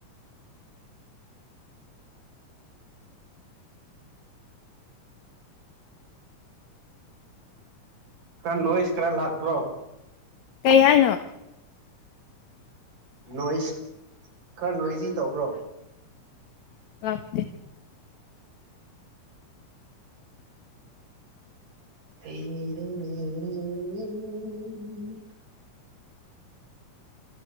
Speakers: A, on the right; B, on the left.
A: ꯀꯔ ꯅꯣꯋꯁꯀ꯭ꯔ ꯂꯥꯛ꯭ꯔꯣ
B: ꯀꯩ ꯍꯥꯏꯅꯣ
A: ꯅꯣꯏꯁ ꯈꯔ ꯅꯣꯏꯖꯤ ꯇꯧꯕ꯭ꯔꯣ
B: ꯂꯥꯛꯇ
A: ꯔ